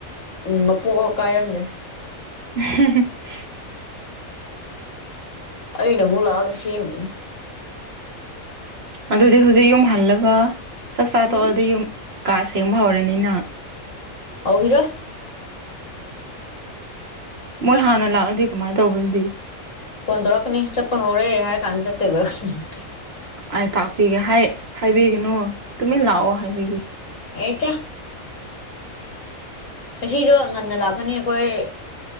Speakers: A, on the left (about 70°); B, on the right (about 50°).
A: ꯎꯝ ꯃꯄꯣꯛꯑ ꯀꯥꯏꯔꯝꯗꯦ
B: ꯍꯨꯝ ꯍꯨꯝ ꯍꯍ
A: ꯑꯩꯅ ꯑꯃꯨꯛ ꯂꯥꯛꯑꯒ ꯁꯦꯝꯃꯤꯅꯤ
B: ꯑꯗꯨꯗꯤ ꯍꯨꯖꯤꯛ ꯌꯨꯝ ꯍꯜꯂꯒ ꯆꯥꯛ ꯆꯥ
A: ꯎꯝ
B: ꯇꯣꯛꯑꯗꯤ ꯌꯨꯝ ꯀꯥ ꯁꯦꯡꯕ ꯍꯧꯔꯅꯤ ꯅꯪ
A: ꯍꯧꯒꯤꯔꯣꯏ
B: ꯃꯣꯏ ꯍꯥꯟꯅ ꯂꯥꯛꯑꯗꯤ ꯀꯃꯥꯏ ꯇꯧꯕ ꯑꯗꯨꯗꯤ
A: ꯐꯣꯟ ꯇꯧꯔꯛꯀꯅꯤ ꯆꯠꯄ ꯍꯧꯔꯦ ꯍꯥꯏꯔ ꯀꯥꯟ ꯆꯠꯇꯦꯕ ꯍꯨꯡ ꯍꯨꯡ
B: ꯑꯩ ꯇꯥꯛꯄꯤꯒꯦ ꯍꯥꯏ ꯍꯥꯏꯕꯤꯒꯅꯨ ꯇꯨꯃꯤꯟ ꯂꯥꯛꯑꯣ ꯍꯥꯏꯕꯤꯒꯦ
A: ꯑꯩ ꯆꯥ ꯉꯁꯤꯗꯣ ꯉꯟꯅ ꯂꯥꯛꯀꯅꯤ ꯑꯩꯈꯣꯏ